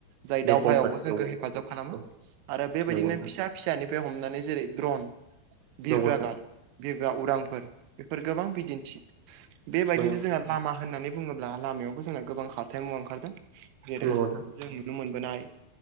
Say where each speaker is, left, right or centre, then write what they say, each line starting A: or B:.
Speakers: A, on the right (about 90°); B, on the right (about 70°).
A: जाय
B: बिरखंफोर
A: दाव हायावबो जोंखौ
B: नंगौ नोंथां
A: हेफाजाब खालामो
B: औ
A: आरो बेबायदिनो
B: नंगौ
A: फिसा फिसानिफ्राय हमनानै जेरै द्रन बिरग्रा
B: नोंथां
A: गार बिरग्रा उरांफोर बेफोर गोबां बिदिन्थि बेबायदिनो
B: नंगौ
A: जोंहा लामा होननानै बुङोब्ला लामायावबो जोंना गोबां खारथाय मुवा ओंखारदों जेरै
B: नोंथां
A: जों नुनो मोनबोनाय